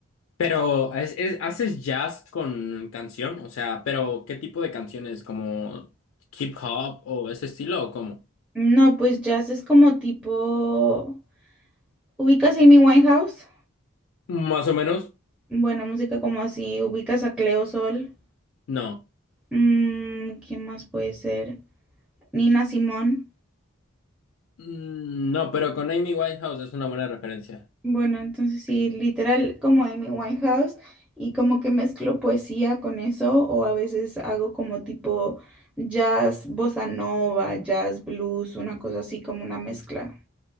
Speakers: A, on the left; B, in the centre.
A: Pero, ¿es- es- haces jazz con canción? O sea, pero ¿qué tipo de canciones? ¿Como hip hop o ese estilo o cómo?
B: No, pues jazz es como tipo, ¿ubicas a Amy Winehouse?
A: Más o menos.
B: Bueno, música como así, ¿ubicas a Cleo Sol?
A: No,
B: Mm, ¿quién más puede ser? Nina Simón.
A: Mm, no, pero con Amy Winehouse es una buena referencia.
B: Bueno, entonces sí, literal como Amy Winehouse y como que mezclo poesía con eso o a veces hago como tipo jazz, bossa nova, jazz, blues, una cosa así como una mezcla.